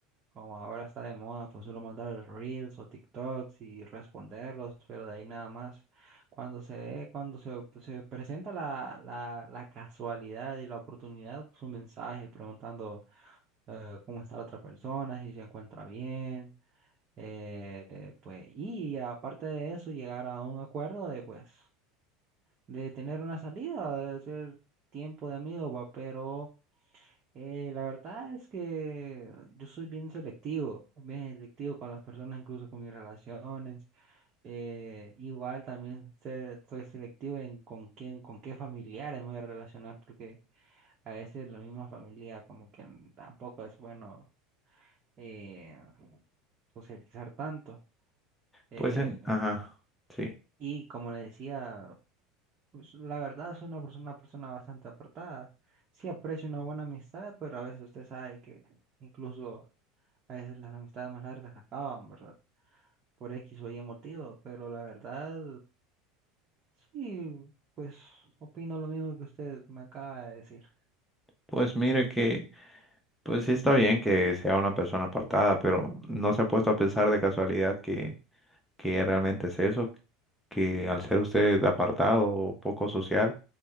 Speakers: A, on the right; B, in the centre.
A: como ahora está de moda, pues solo mandar reels o TikToks y responderlos, pero de ahí nada más. Cuando se dé, cuando se, se presenta la, la, la casualidad y la oportunidad, pues un mensaje preguntando eh, cómo está la otra persona, si se encuentra bien, eh, eh, pues, y aparte de eso, llegar a un acuerdo de pues, de tener una salida, de hacer tiempo de amigo, va, pero eh, la verdad es que yo soy bien selectivo, bien selectivo con las personas, incluso con mis relaciones. Eh, igual también sé- soy selectivo en con quién, con qué familiares me voy a relacionar, porque a veces la misma familia como que tampoco es bueno eh, socializar tanto. Eh,
B: Pues, en- ajá, sí.
A: y como le decía, pues, la verdad soy una persona, una persona bastante apartada. Sí aprecio una buena amistad, pero a veces usted sabe que incluso A veces las amistades más largas acaban, ¿verdad? Por X o Y motivo, pero la verdad, sí, pues opino lo mismo que usted me acaba de decir.
B: Pues mire que... Pues sí está bien que sea una persona apartada, pero no se ha puesto a pensar de casualidad que, que realmente es eso, que al ser usted apartado o poco social,